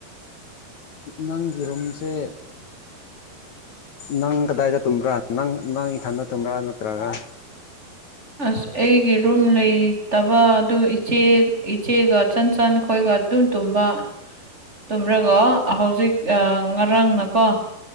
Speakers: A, on the left; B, on the right.
A: ꯅꯪꯒꯤ ꯔꯨꯝꯁꯦ ꯅꯪ ꯀꯗꯥꯏꯗ ꯇꯨꯝꯕ꯭ꯔꯥ ꯅꯪ ꯅꯪ ꯏꯊꯟꯗ ꯇꯨꯝꯕ꯭ꯔꯥ ꯅꯠꯇ꯭ꯔꯒ
B: ꯑꯁ ꯑꯩꯒꯤ ꯔꯨꯝ ꯂꯩꯇꯕ ꯑꯗꯨ ꯏꯆꯦ ꯏꯆꯦꯒ ꯆꯟꯆꯟ ꯈꯣꯏꯒ ꯑꯗꯨ ꯇꯨꯝꯕ ꯇꯨꯝꯔꯒ ꯍꯧꯖꯤꯛ ꯉꯔꯥꯡꯅꯀꯣ